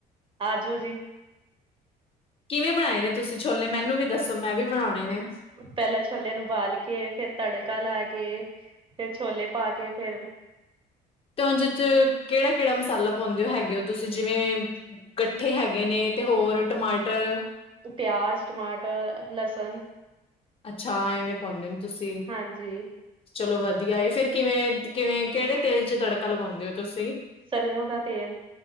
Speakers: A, on the right (about 30°); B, on the left (about 35°).
A: ਆਜੋੋ ਜੀ।
B: ਕਿਵੇਂ ਬਨਾਏ ਨੇ ਤੁਸੀਂ ਛੋਲੇ ਮੈਨੂੰ ਵੀ ਦੱਸੋ ਮੈਂ ਵੀ ਬਨੌਨੇ ਨੇ।
A: ਪੈਲਾਂ ਛੋਲਿਆਂ ਨੂੰ ਉਬਾਲ ਕੇ ਫੇਰ ਤੜਕਾ ਲਾ ਕੇ ਫਿਰ ਛੋਲੇ ਪਾ ਕੇ ਫੇਰ
B: ਤੇ ਓਂਦੇ ਚ ਕੇੜਾ-ਕੇੜਾ ਮਸਾਲਾ ਪੌਂਦੇ ਹੋ ਹੈਗੇ ਹੋ ਤੁਸੀਂ ਜਿਵੇਂ ਗੱਠੇ ਹੈਗੇ ਨੇ ਤੇ ਹੋਰ ਟਮਾਟਰ
A: ਪਿਆਜ਼, ਟਮਾਟਰ, ਲਸਨ
B: ਅੱਛਾ ਐਵੇਂ ਪੌਂਦੇ ਨੇ ਤੁਸੀਂ।
A: ਹਾਂਜੀ
B: ਚਲੋ ਵਦੀਆ ਏ ਫੇਰ ਕਿਵੇਂ-ਕਿਵੇਂ ਕੇੜੇ ਤੇਲ ਚ ਤੜਕਾ ਲਗੌਂਦੇ ਓਂ ਤੁਸੀਂ।
A: ਸਰੇਂਓਂ ਦਾ ਤੇਲ